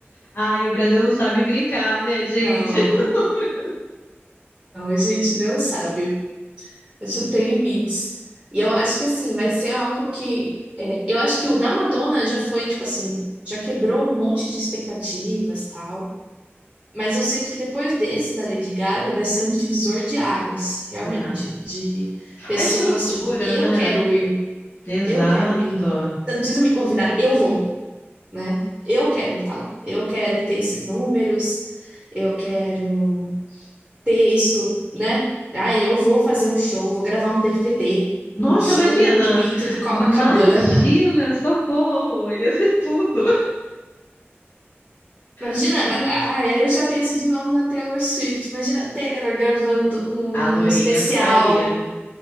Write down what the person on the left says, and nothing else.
Ai, o Brasil não sabe brincar, né, gente?
<laughs>
É.
A estrutura,
né?
Exato.
Nossa,
imagina!
Imagina, socorro! Ia ser tudo.
<laughs>
A Lourinha
faria.